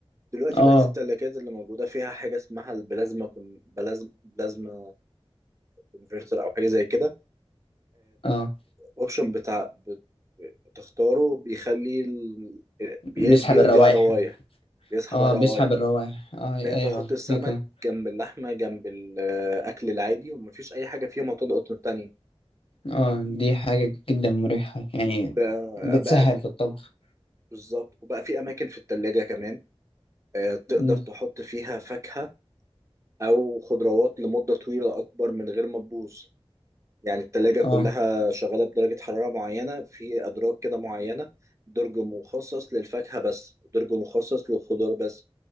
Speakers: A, on the right; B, on the left.
A: دلوقتي
B: اه
A: بقت التلاجات اللي موجوده فيها حاجه اسمها البلازما كون بلازما بلازما كونفرتر او حاجه زي كده
B: اه
A: اوبشن بتاع بت- بتختاره بيخلي ال... بي...
B: مسحب
A: بيقضي
B: الروائح
A: على الروايح بيسحب
B: اه
A: على
B: مسحب
A: الروايح
B: الروائح اه ايوه
A: بقيت احط السمك
B: دي كمان
A: جنب اللحمه جنب الاكل العادي ومفيش اي حاجه فيهم هتضغط من التانيه
B: اه دي حاجة جدا مريحة يعني
A: بقى,
B: بتسهل
A: بقى
B: في الطبخ
A: بالظبط وبقى في اماكن في التلاجة كمان آه، تقدر
B: مم.
A: تحط فيها فاكهه او خضروات لمده طويله اكبر من غير ما تبوظ يعني التلاجة كلها
B: اه
A: شغاله بدرجه حراره معينه في ادراج كده معينه درج مخصص للفاكهه بس درج مخصص للخضار بس